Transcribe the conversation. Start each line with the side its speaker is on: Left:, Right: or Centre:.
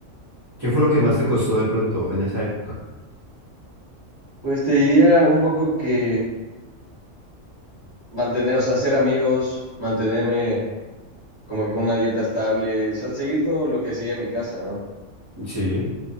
Right: ¿Qué fue lo que más te costó de pronto en esa época?
Left: Pues te diría un poco que... mantener, o sea, ser amigos, mantenerme como que con una dieta estable, o sea, seguir todo lo que seguía en mi casa, ¿no?
Right: Sí.